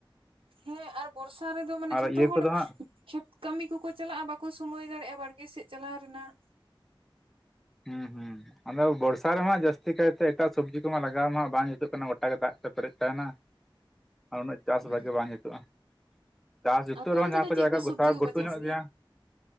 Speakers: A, on the right; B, in the centre.
A: ᱦᱮᱸ ᱟᱨ ᱵᱚᱨᱥᱟ ᱨᱮᱫᱚ ᱢᱟᱱᱮ
B: ᱟᱨ
A: ᱡᱷᱚᱛᱚ
B: ᱤᱭᱟᱹ ᱠᱚᱫᱚ
A: ᱦᱚᱲ
B: ᱦᱟᱸᱜ
A: ᱠᱷᱮᱛ ᱠᱟᱹᱢᱤ ᱠᱚᱠᱚ ᱪᱟᱞᱟᱜᱼᱟ ᱵᱟᱠᱚ ᱥᱳᱢᱚᱭᱭ ᱫᱟᱲᱮᱭᱟᱜᱼᱟ ᱵᱟᱲᱜᱮ ᱥᱮᱫ ᱪᱟᱞᱟᱣ ᱨᱮᱱᱟᱜ᱾
B: ᱦᱩᱸ ᱦᱩᱸ᱾ ᱟᱫᱚ ᱵᱚᱲᱥᱟ ᱨᱮᱢᱟ ᱡᱟᱹᱥᱛᱤ ᱠᱟᱭᱛᱮ ᱮᱴᱟᱜ ᱥᱚᱵᱽᱡᱤ ᱠᱚᱢᱟ ᱞᱟᱜᱟᱣ ᱢᱟ ᱵᱟᱝ ᱡᱩᱛᱩᱜ ᱠᱟᱱᱟ ᱜᱚᱴᱟ ᱜᱮ ᱫᱟᱜ ᱯᱮ ᱯᱮᱨᱮᱡ ᱛᱟᱸᱦᱮᱱᱟ᱾ ᱟᱨ ᱩᱱᱟᱹᱜ ᱪᱟᱥ
A: ᱦᱩᱸ
B: ᱵᱷᱟᱹᱜᱤ ᱵᱟᱝ ᱡᱛᱩᱜᱼᱟ᱾ ᱪᱟᱥ ᱡᱩᱛᱩᱜ
A: ᱟᱯᱮ
B: ᱨᱮᱦᱚᱸ
A: ᱚᱱᱛᱮ
B: ᱡᱟᱦᱟᱸ
A: ᱫᱚ
B: ᱠᱚ
A: ᱪᱮᱫ
B: ᱡᱟᱭᱜᱟ ᱜᱚᱴᱟ‌‌
A: ᱥᱚᱵᱽᱡᱤ ᱠᱚᱠᱚ
B: ᱜᱷᱩᱴᱩ
A: ᱪᱟᱥ
B: ᱧᱚᱜ ᱜᱮᱭᱟ᱾